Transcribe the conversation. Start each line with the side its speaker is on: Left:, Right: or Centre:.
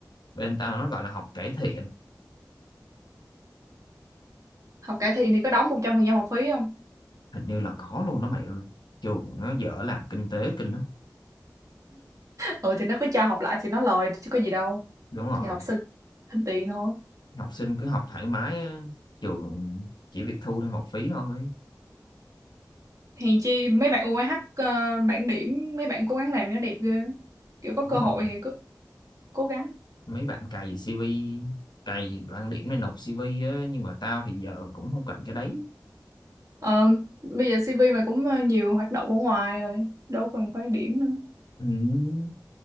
Left: bên tao nó gọi là học cải thiện
Right: học cải thiện thì có đóng một trăm phần trăm học phí không
Left: hình như là có luôn đó mày ơi trường nó dở làm kinh tế kinh lắm
Right: ừ thì nó cứ cho học lại thì nó lời chứ có gì đâu
Left: đúng rồi
Right: thì học sinh thêm tiền thôi
Left: học sinh cứ học thoải mái á, trường chỉ việc thu thêm học phí thôi
Right: hèn chi mấy bạn UAH ờ, bảng điểm mấy bạn cố gắng làm cho nó đẹp ghê kiểu có cơ
Left: đúng
Right: hội
Left: rồi
Right: thì cứ cố gắng
Left: mấy bạn cày CV cày bảng điểm này nộp CV á nhưng mà tao thì giờ cũng không cần cái đấy
Right: Ờ, bây giờ CV mày cũng ờ, nhiều hoạt động ở ngoài rồi đâu cần phải điểm nữa
Left: ừ.